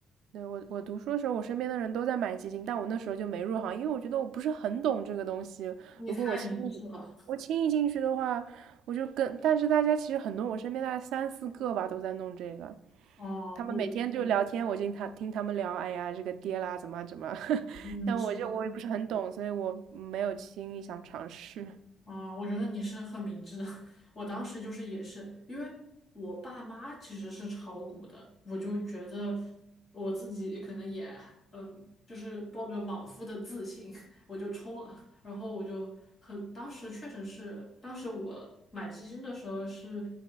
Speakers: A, on the right; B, on the left.
A: 对，我我读书的时候，我身边的人都在买基金，但我那时候就没入行，因为我觉得我不是很懂这个东西。
B: 你太明智了，
A: 如果我轻易我轻易进去的话，我就跟，但是大家其实很多，我身边大概三四个吧都在弄这个，
B: 哦，
A: 他们每天就聊天，
B: 我，
A: 我听他听他们聊，哎呀，这个跌啦，怎么啊怎么啊，<laughs>
B: 嗯，
A: 但我就我也不是很懂，
B: 是的，是的
A: 所以我没有轻易想尝试。
B: 啊，我觉得你是很明智的。<laughs> 我当时就是也是，因为我爸妈其实是炒股的，我就觉得我自己可能也，嗯，就是抱着莽夫的自信，<laughs> 我就冲了。然后我就很，当时确实是，当时我买基金的时候是